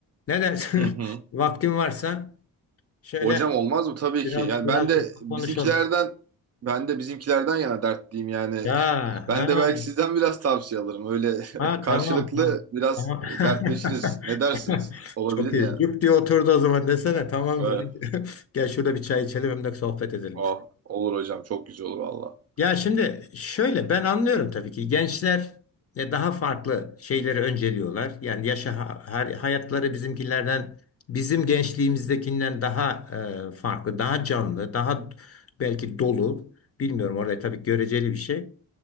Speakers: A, on the left; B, on the right.
A: Ne dersin?
B: hı hı.
A: <laughs> Vaktin varsa şöyle
B: Hocam olmaz mı? Tabii
A: biraz
B: ki. Yani
A: biraz
B: ben de bizimkilerden
A: konuşalım.
B: ben de bizimkilerden yana dertliyim yani.
A: Ya
B: <laughs> Ben
A: ha,
B: de belki sizden biraz tavsiye alırım. Öyle
A: ha
B: <laughs>
A: tamam.
B: karşılıklı
A: Ha,
B: biraz
A: tamam.
B: dertleşiriz.
A: <laughs>
B: Ne dersiniz? Olabilir
A: Çok iyi.
B: yani.
A: Cuk diye oturdu o zaman desene tamamdır.
B: Evet.
A: <laughs> Gel şurada bir çay içelim hem de sohbet edelim.
B: Ah, olur hocam. Çok güzel olur valla.
A: Ya şimdi şöyle ben anlıyorum tabii ki gençler e, daha farklı şeyleri önceliyorlar. Yani yaşa ha- har- hayatları bizimkilerden bizim gençliğimizdekinden daha e, farklı, daha canlı, daha belki dolu. Bilmiyorum orada tabii göreceli bir şey.